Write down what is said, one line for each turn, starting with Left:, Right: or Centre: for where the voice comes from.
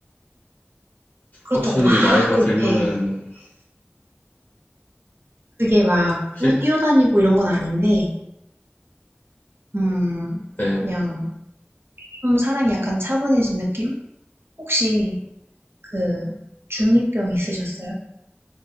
Right: 그렇다고
Left: 확실히
Right: 막
Left: 나이가
Right: 이렇게
Left: 들면은,
Right: 그게 막
Left: 실-
Right: 뭐 뛰어다니고 이런 건 아닌데 음
Left: 네.
Right: 그냥 좀 사람이 약간 차분해진 느낌? 혹시 그 중이병 있으셨어요?